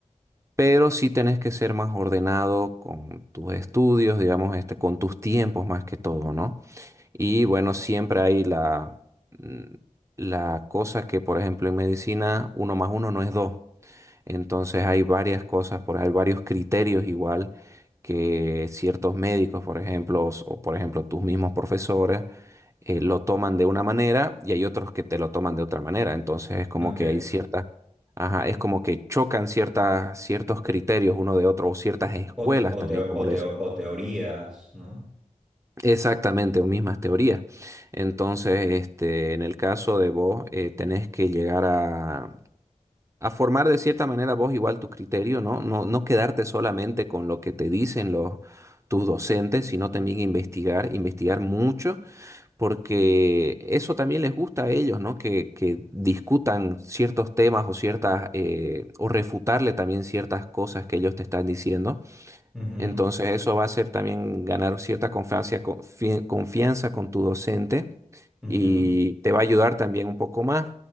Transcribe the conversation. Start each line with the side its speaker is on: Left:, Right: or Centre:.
Right: pero sí tenés que ser más ordenado con tus estudios, digamos, este, con tus tiempos más que todo, ¿no? Y bueno, siempre hay la, mm, la cosa que, por ejemplo, en medicina, uno más uno no es dos. Entonces hay varias cosas, por, hay varios criterios igual que ciertos médicos, por ejemplo, os- o, por ejemplo tus mismos profesores, eh, lo toman de una manera y hay otros que te lo toman de otra manera. Entonces es como
Centre: Ok.
Right: que hay ciertas, ajá, es como que chocan ciertas, ciertos criterios uno de otro o ciertas escuelas
Centre: O, te- o
Right: también,
Centre: te-
Right: como
Centre: o te-
Right: les...
Centre: o teorías, ¿no?
Right: Exactamente, o mismas teorías. Entonces, este, en el caso de vos, eh, tenés que llegar a, a formar de cierta manera vos igual tu criterio, ¿no? No, no quedarte solamente con lo que te dicen los, tus docentes, sino también investigar, investigar mucho, porque eso también les gusta a ellos, ¿no? Que, que discutan ciertos temas o ciertas, eh, o refutarle también ciertas cosas que ellos te están diciendo.
Centre: Ujú,
Right: Entonces eso va a ser también ganar cierta confianza, confi- confianza con tu docente
Centre: ujú,
Right: y te va a ayudar también un poco más.